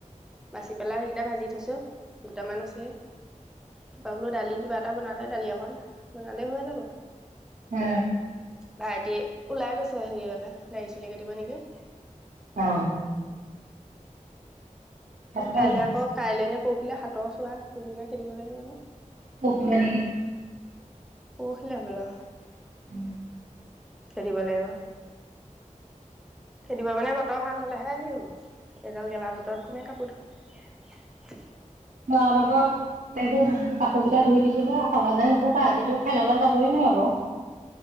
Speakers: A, in the centre; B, on the right.
A: বাচি পেলাই সেইকেইটা ভাজি থৈছো। দুটামান আছেই। অ বোলো দালি, কিবা এটা বনালে। দালি অকণ বনালে হৈ যাব।
B: উম
A: ভাইটি ওলাই গৈছে হেৰি হলে দাৰি চুলি কাটিব নেকি
B: অ তাকেহে
A: কাইলৈ আকৌ কাইলে নে পৰখিলে হাতৰ চোৱা কোনদিনা খেদিব লাগে জানো।
B: পৰখিলে নেকি
A: পৰখিলে হবলা
B: <inaudible>
A: খেদিব লাগিব খেদিব মানে বতৰ ভাল হলেহে আহিব এইডাল গেলা বতৰত কোনে কাপোৰ ধুব <inaudible>
B: ধুৱা ভাগক, একো ধোৱা নাই। কাপোৰ কেইটা ধুই দিছিলো হে, সহজে নুশুকায়। আজিতো খেললৈ যাবই নোৱাৰিব।